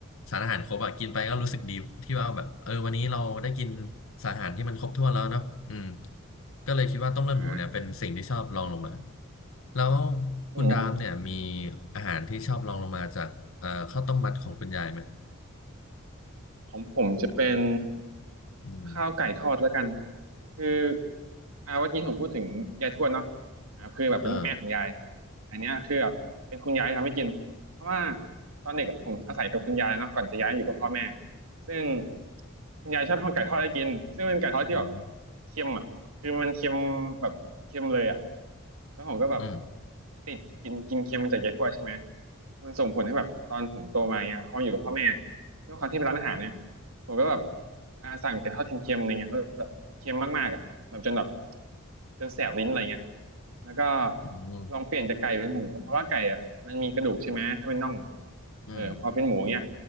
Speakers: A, on the left; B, on the right.
A: สารอาหารครบอ่ะกินไปก็รู้สึกดีที่ว่าแบบเออวันนี้เราได้กินสารอาหารที่มันครบถ้วนแล้วเนาะอืมก็เลยคิดว่าต้มเลือดหมูเนี่ยเป็นสิ่งที่ชอบรองลงมา
B: อม
A: แล้วคุณดามเนี่ยมี
B: อ่า
A: อาหารที่ชอบรองลงมาจากเอ่อข้าวต้มมัดของคุณยายไหม
B: ของผมจะเป็น
A: อืม
B: ข้าวไก่ทอดแล้วกันคืออ่าเมื่อกี้ผมพูดถึงยายทวดเนาะอ่าคือแบบเป็นแม่ของยาย
A: เออ
B: อันเนี้ยคือแบบเป็นคุณยายทำให้กินเพราะว่าตอนเด็กอะผมอาศัยกับคุณยายเนาะก่อนจะย้ายอยู่กับพ่อแม่ซึ่งคุณยายชอบทำไก่ทอดให้กินซึ่งเป็นไก่ทอดที่แบบ
A: อืม
B: เค็มอ่ะคือมันเค็มแบบเค็มเลยอ่ะแล้วผมก็แบบ
A: อืม
B: ติดกินกินเค็มมาจากยายทวดใช่ไหมมันส่งผลให้แบบตอนผมโตมาเนี้ยพออยู่กับพ่อแม่ด้วยความที่เป็นร้านอาหารเนี่ย ผมก็แบบอ่าสั่งไก่ทอดเค็มๆอะไรเงี้ยแล้วแบบเค็มมากๆอ่ะแบบจนแบบจนแสบลิ้นอะไรเงี้ยแล้วก็
A: อืม
B: ลองเปลี่ยนจากไก่เป็นหมูเพราะว่าไก่อ่ะมันมีกระดูกใช่ไหมถ้าเป็นน่องอะ
A: อืม
B: เออพอเป็นหมูเนี้ย